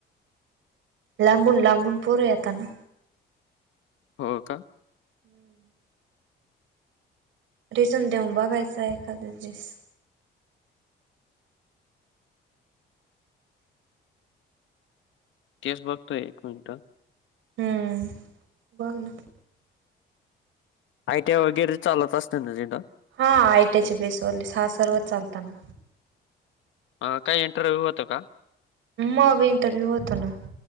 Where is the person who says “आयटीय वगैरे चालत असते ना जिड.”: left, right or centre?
Left